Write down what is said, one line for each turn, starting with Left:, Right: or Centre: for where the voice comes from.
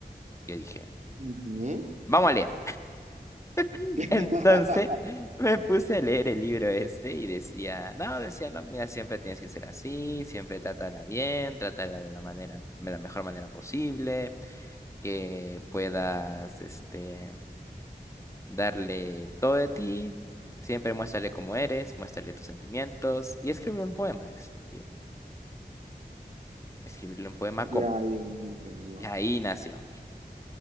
Left: Yo dije,
Right: Ujú.
Left: vamos a leer. <laughs>
Right: <laughs>
Left: Entonces me puse a leer el libro este y decía, no, decía, no, mira, siempre tienes que ser así, siempre trátala bien, trátala de la manera, de la mejor manera posible. que puedas este, darle todo de ti. Siempre muéstrale cómo eres, muéstrale tus sentimientos y escribirle un poema, decía yo. Escribirle un poema
Right: Ya,
Left: cómo.
Right: ya, entiendo.
Left: Y ahí nació.